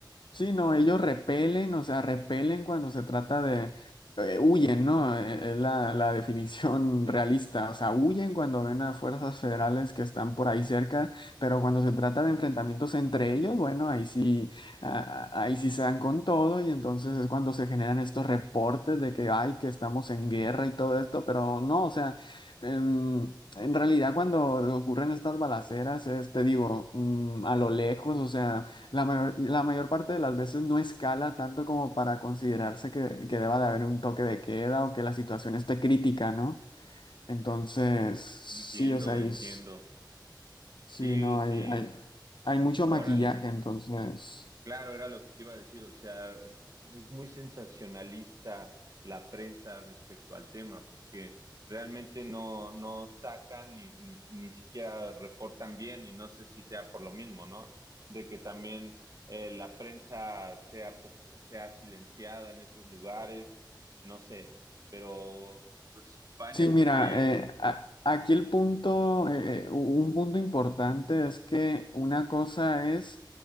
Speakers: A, on the left; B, on the right.
A: Sí, no, ellos repelen, o sea, repelen cuando se trata de, eh, huyen, ¿no? Eh, Es la, la definición <laughs> realista, o sea, huyen cuando ven a fuerzas federales que están por ahí cerca, pero cuando se trata de enfrentamientos entre ellos, bueno, ahí sí, ah, ahí sí se dan con todo y entonces es cuando se generan estos reportes de que, ay, que estamos en guerra y todo esto, pero no, o sea, em, en realidad cuando ocurren estas balaceras es, te digo, mm, a lo lejos, o sea la mayor, la mayor parte de las veces no escala tanto como para considerarse que, que deba de haber un toque de queda o que la situación esté crítica, ¿no? Entonces, sí,
B: Entiendo,
A: o sea, y
B: entiendo.
A: s-
B: Sí,
A: sí, no,
B: sí,
A: hay, hay, hay mucho
B: órale.
A: maquillaje, entonces.
B: Claro, era lo que te iba a decir, o sea, es muy sensacionalista la prensa respecto al tema, porque realmente no, no sacan ni, ni, ni siquiera reportan bien, y no sé si sea por lo mismo, ¿no? De que también eh, la prensa sea, po- sea silenciada en esos lugares, no sé, pero pues vaya
A: Sí,
B: que
A: mira,
B: fue,
A: eh, a- aquí el punto, eh, eh, un punto importante es que una cosa es,